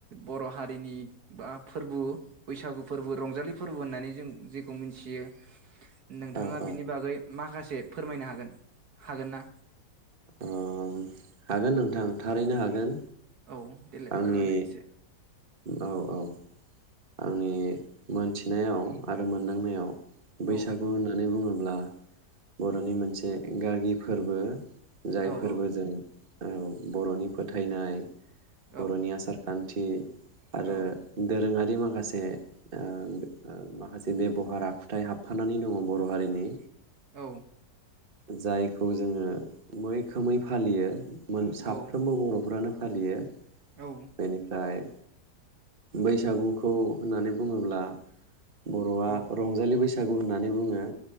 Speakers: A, on the right; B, on the right.
A: बर हारिनि बा फोरबो बैसागु फोरबो रंजालि फोरबो होननानै जों जेखौ मिथियो। नोंथाङा
B: औ औ
A: बिनि बागै माखासे फोरमायनो हागोन हागोना
B: ओम हागोन नोंथां थारैनो हागोन
A: औ देलाय
B: आंनि
A: फोरमायलाय एसे
B: औ औ आंनि मोनथिनायाव आरो मोनदांनायाव बैसागु
A: औ
B: होननानै बुङोब्ला बरनि मोनसे गागि फोरबो जायफोरबो
A: औ औ
B: जों औ बर'नि फोथायनाय
A: औ
B: बर'नि आसारखान थि आरो
A: औ
B: दोरोङा रि माखासे ओ माखासे बेबहार आखुथाय हाबफानानै दङ बर हारिनि
A: औ
B: जायखौ जोङो मैखोमै फालियो मोन साफ्रोमबो
A: औ
B: बरफ्रानो फालियो
A: औ
B: बेनिफ्राय बैसागुखौ होननानै बुङोब्ला बर'आ
A: औ
B: रंजालि बै सागु होननानै बुङो